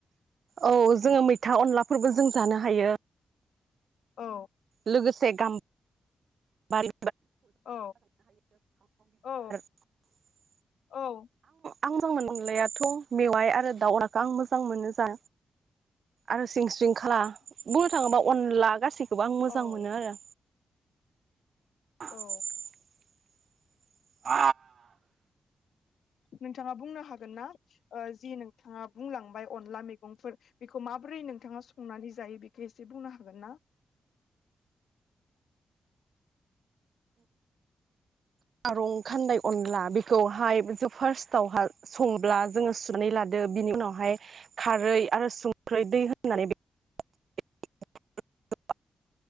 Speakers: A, on the right; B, on the left.
A: औ जोङो मैथा अनलाफोरबो जों जानो हायो।
B: औ
A: लोगोसे गाम बारि
B: औ औ
A: <unintelligible>
B: औ
A: आं मोजां मोन अनलायाथ मेवाइ आरो दाउ अनलाखौ आं मोजां मोनो जा आरो सिंस्रिंखाला बोर थाङोबा अनला गासिक आं मोजां
B: औ
A: मोनो आरो <inaudible>
B: औ
A: आ
B: नोंथाङा बुंनो हागोन ना ओ जि नोंथाङा बुंलांबाय अनला मैगंफोर बेखौ माबोरै नोंथाङा संनानै जायो बेखौ इसे बुंनो हागोन ना?
A: खारं खान्दाय अनला बेखौहाय जों फार्स्टआवहा संब्ला जोङो सुनानै लादो बिनि उनावहाय खारै आरो संख्रै दै नानै <unintelligible> <inaudible>